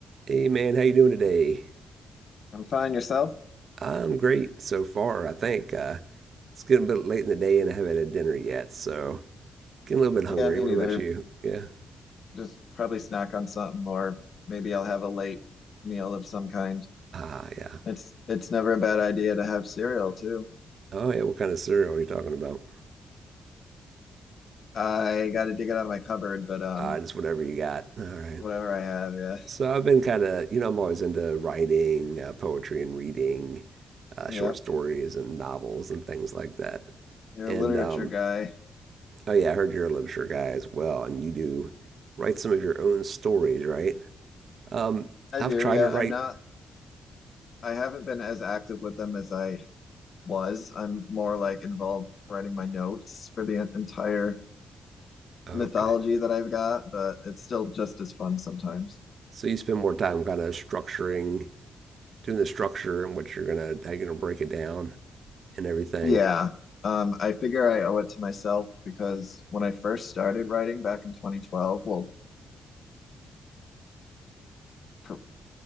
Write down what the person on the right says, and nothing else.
Hey man, how you doing today?
I'm great so far, I think. Uh, it's getting a bit late in the day and I haven't had dinner yet, so getting a little bit hungry.
What
about you? Yeah.
Ah, yeah.
Oh yeah, what kind of cereal are you talking about?
Ah, just whatever you got. All right.
So I've been kind of, you know, I'm always into writing, uh, poetry and reading, uh,
short stories and novels and things like that.
And
um,
oh yeah, I heard you're a literature guy as well, and you do write some of your own stories, right? Um,
I've
tried
to write
Okay.
So you spend more time kind of structuring, doing the structure and what you're gonna how you're gonna break it down and everything,